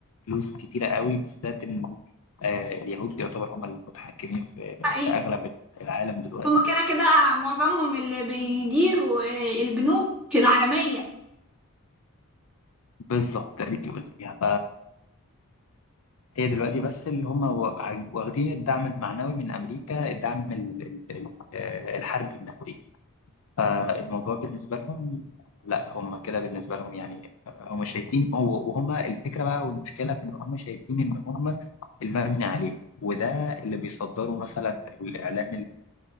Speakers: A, on the left; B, in the centre.
A: فلوس كتيرة قوي بالذات إن آه، اليهود يعتبر هم المتحكمين في في
B: حقيقي
A: أغلب العالم دلوقتي
B: هما كده كده معظمهم اللي بيديروا آه، البنوك العالمية
A: بالظبط تقريبا فيها هي دلوقتي بس اللي هم واخدين الدعم المعنوي من أمريكا الدعم ال- ال- ال- آه، الحربي من أمريكا فالموضوع بالنسبة لهم لا هم كده بالنسبة لهم يعني آه، هم شايفين هو وهم الفكرة بقى والمشكلة في إن هم شايفين إن هم المبني عليهم وده اللي بيصدروا مثلا الإعلام